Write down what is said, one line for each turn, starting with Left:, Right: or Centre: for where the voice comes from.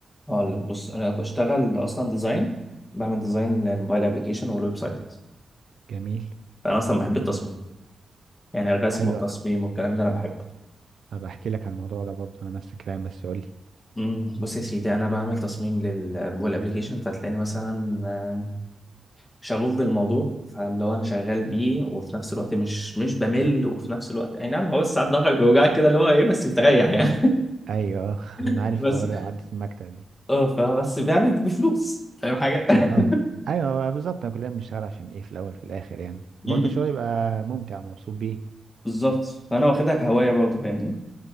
Left: هقول لك بص انا بشتغل اصلا ديزاين بعمل ديزاين للموبايل ابلكيشن والويب سايت
Right: جميل
Left: انا اصلا بحب التصميم يعني الرسم
Right: حلو
Left: والتصميم والكلام ده انا بحبه
Right: هبقى احكي لك على الموضوع ده برضه انا نفس الكلام بس قول لي
Left: امم بص يا سيدي انا بعمل تصميم للموبايل ابلكيشن فتلاقيني مثلا آه، شغوف بالموضوع فاللي هو انا شغال بيه وفي نفس الوقت مش مش بمل وفي نفس الوقت اي نعم هو بس ساعات ضهرك بيوجعك كده اللي هو ايه بس بتريح يعني
Right: ايوه <laughs> آه،
Left: <laughs>
Right: انا عارف
Left: بس
Right: حوار قعدة المكتب دي
Left: اه فبس يعني بفلوس فاهم حاجه <laughs>
Right: اه ايوه بالظبط انا كلنا بنشتغل عشان ايه في الاول في الاخر يعني
Left: م-
Right: برضه الشغل
Left: م.
Right: يبقى ممتع ومبسوط بيه
Left: بالظبط فانا واخدها كهوايه برضه فاهمني